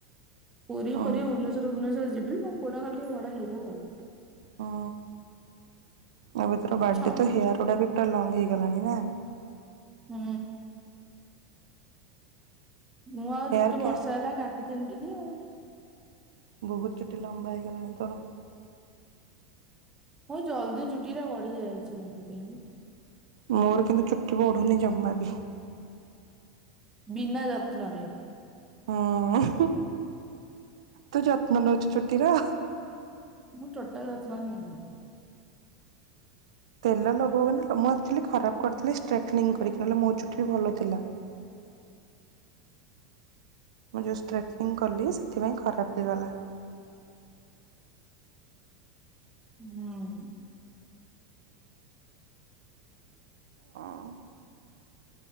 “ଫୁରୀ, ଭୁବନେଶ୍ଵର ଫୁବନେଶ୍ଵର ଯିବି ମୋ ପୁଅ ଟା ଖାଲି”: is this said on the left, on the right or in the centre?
Right